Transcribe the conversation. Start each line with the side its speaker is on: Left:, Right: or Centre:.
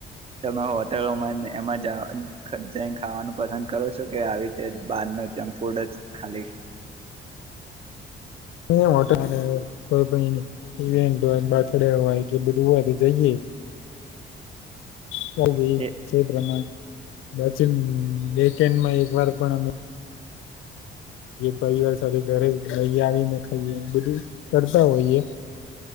Right: તમે હોટલોમાં ને એમાં જ, જઈને ખાવાનું પસંદ કરો છો કે આવી રીતે જ, બહાર ન જંક ફૂડ જ? ખાલી.
Left: એ હોટલ ને કોઈ ઇવેન્ટ હોય, બથ ડે હોય કે બધું હોય તો જઈએઈ. ચાલ જઈએ,
Right: એ
Left: જે પ્રમાણે પછી વ, વીકેન્ડમાં એક વાર પણ અમે પરિવાર સાથે ઘરે લઈ આવીને ખઈએ, બધું કરતા હોઈએ.